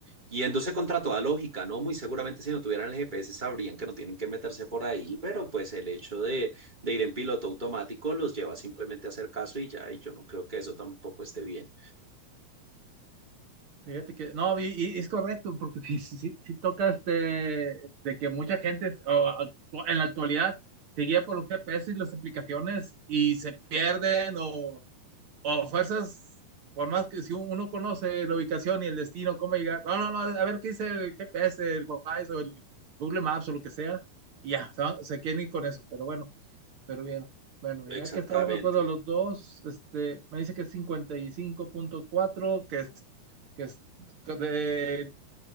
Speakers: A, on the right; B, on the right.
A: Yéndose contra toda lógica, ¿no? Muy seguramente si no tuvieran el GPS sabrían que no tienen que meterse por ahí, pero pues el hecho de, de ir en piloto automático los lleva simplemente a hacer caso y ya, y yo no creo que eso tampoco esté bien.
B: fíjate que, no, y, y es correcto, porque <laughs> si, si, si toca este, de que mucha gente o, actu- en la actualidad se guía por los GPS y las aplicaciones y se pierden o, o fuerzas, por más que si uno conoce la ubicación y el destino, cómo llegar, no, no, no, a ver qué dice el GPS, el Waze o el Google Maps o lo que sea, y ya, se, van- se quieren ir con eso, pero bueno. Pero bien, bueno, ya
A: Exactamente.
B: que estamos de acuerdo los dos, este, me dice que es 55.4, que es, que es que de